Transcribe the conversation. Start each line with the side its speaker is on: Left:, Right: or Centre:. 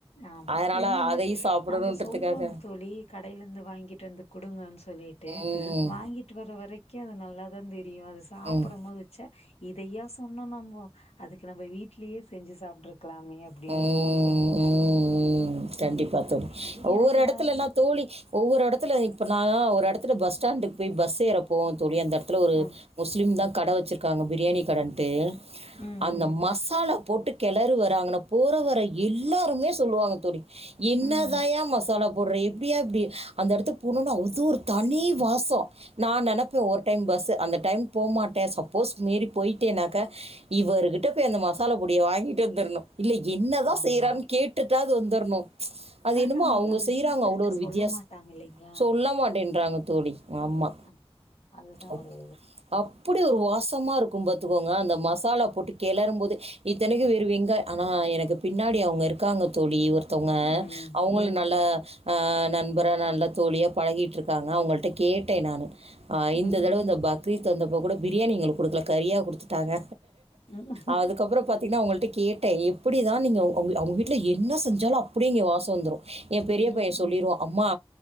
Left: ஆமா
Right: அதனால
Left: என்னங்கஸ்
Right: அதையும் சாப்பிடணுன்றதுக்காக.
Left: நம்ப சொல்றோம் தோழி கடையிலருந்து வாங்கிட்டு வந்து குடுங்கன் சொல்லிட் ட்டு
Right: ம்.
Left: வாங்கிட்டு வர வரைக்கு அது நல்ல தா தெ ரியு அது சாப்பிட
Right: ம்.
Left: மோது ச இதையா சொன்னோ நம்போ அதுக்கு நம்ம வீடலேயே செஞ்சு சாப்ட்டு இருக்கலாமே அப்டின்னு
Right: ம்,
Left: தோணு
Right: ம் ம் கண்டிப்பாக தோழி
Left: எ-
Right: ஒவ்வொரு
Left: எனக்கு
Right: எடத்துலலா
Left: வ
Right: தோழி ஒவ்வொரு எடத்துல இப்போ நா ஒரு எடத்துல பஸ் ஸ்டாண்டுக்கு போய் பஸ்ஸு ஏறப்போ தோழி அந்த எடத்துல ஒரு
Left: ம்
Right: முஸ்லீம் தா கட வெச்சுருக்காங்க பிரியாணி கடன்ட்டு
Left: ம்
Right: அந்த
Left: ம்
Right: மசாலா போட்டு கெளறு வராங்கன்ன போற வர எல்லோருமே சொல்லுவாங்க தோழி என்னதாயா
Left: ம்
Right: மசாலா போடுற எப்டியா இப்டி அந்த எடத்துக் போனோனா அது ஒரு தனி வாசொ நா நெனைப்போ ஒரு டைம் ப ஸ்ஸு அந்த டைம் போ மாட்டே சப்போஸ் மீறி போயிட்டேனாக்க இவர்கிட்ட போய் அந்த மசால கூடய வா ங்கிட்டு வந்துரணு இல்ல என்னதா
Left: ஆமா
Right: செய்றார்னு கேட்டுட்டாது வந்துரணு அது
Left: ஆனா
Right: என்னமோ அவங்க
Left: அந்த
Right: செய்றாங்க
Left: சீக்கிரட்ட
Right: அவள ஒரு
Left: சொல்ல
Right: வித்தியாச்
Left: மாட்டாங்க இல்லைங்களா
Right: சொல்ல மாட்டேன்றாங்க ஆமா
Left: ஆமா அதுதான்
Right: அ
Left: ஒரு
Right: அப் படி ஒரு வாசமா இருக்கும பாத்துக்கோங்க அந்த மசாலா போட்டு கெளரும்போது இத்தனைக்கு வெறு வெங்காய ஆனா எனக்கு பின்னாடி அவங்க இருக்காங்க தோழி ஒரு தவங்க
Left: ம்
Right: அவங்களோ
Left: ம்
Right: நல்ல
Left: ம்
Right: ஆ நண்பரா நல்ல தோழியா பழகிட் ருக்காங்க அவங்கள்ட்ட கேட்டே நானு அ
Left: ம்
Right: இந்த தடவ இந்த பக்ரீத் வந்த ப்போ கூட பிரியாணி எங்களுக்கு கொடுக்கல கரியா கொடுத்துட்டாங்க
Left: ம்
Right: அதுக்கப்புறோ பாத்தீங்கன்னா அவங்கள்ட்ட கே ட்டே எப்டிதா நீங்க அவ் அவுங்க அவுங்க வீட்ல என்ன செஞ்சாலு அப்டியே இங்கே வாச வந்துரு எ பெரிய
Left: ம்
Right: பைய சொல்லிரு
Left: ம்
Right: அம்மா